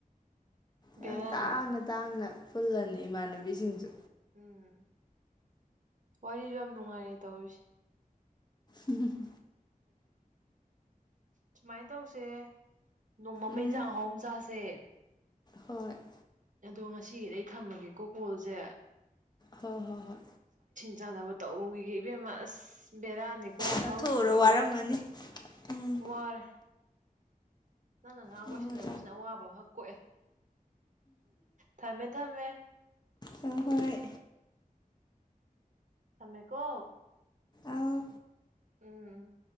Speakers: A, on the right; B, on the left.
A: ꯕꯦꯔꯥꯅꯤꯗ
B: ꯌꯥꯝ ꯇꯥꯡꯅ ꯇꯥꯡꯅ ꯄꯨꯜꯂꯅꯤ ꯏꯃꯥꯟꯅꯕꯤꯁꯤꯡꯁꯨ
A: ꯎꯝ ꯋꯥꯔꯤꯁꯨ ꯌꯥꯝ ꯅꯨꯡꯉꯥꯏꯔꯦ ꯇꯧꯔꯤꯁꯦ
B: ꯎꯝ <unintelligible> <inaudible>
A: ꯁꯨꯃꯥꯏꯅ ꯇꯧꯁꯦ ꯅꯣꯡꯃꯃ
B: ꯎꯝ
A: ꯏꯟꯖꯥꯡ ꯑꯍꯥꯎ ꯃ ꯆꯥꯁꯦ
B: ꯍꯣꯏ <inaudible>
A: ꯑꯗꯣ ꯉꯁꯤ ꯑꯩ ꯊꯝꯃꯒꯦ ꯀꯣꯀꯣꯜꯁꯦ
B: ꯍꯣꯏ ꯍꯣꯏ ꯍꯣꯏ
A: ꯆꯥꯗꯅꯕ ꯇꯧꯔꯨꯈꯤꯒ ꯏꯕꯦꯝꯃ ꯑꯁ ꯕꯔꯥꯅꯤ ꯀꯣ
B: ꯆꯥꯊꯣꯛꯎꯔꯣ
A: ꯊꯥꯎ ꯁꯨꯕꯣ
B: ꯋꯥꯔꯝꯃꯅꯤ ꯎꯝ
A: ꯋꯥꯔꯦ ꯅꯪ ꯉꯍ ꯑꯣꯏꯣꯏꯁꯟꯅꯗꯕꯁꯤꯅ
B: ꯍꯣꯏ ꯍꯣꯏ
A: ꯑꯋꯥꯕꯈꯛ ꯀꯣꯛꯑꯦ ꯊꯝꯃꯦ ꯊꯝꯃꯦ
B: ꯑ ꯍꯣꯏ
A: ꯊꯝꯃꯦꯀꯣ
B: ꯑꯧ
A: ꯎꯝ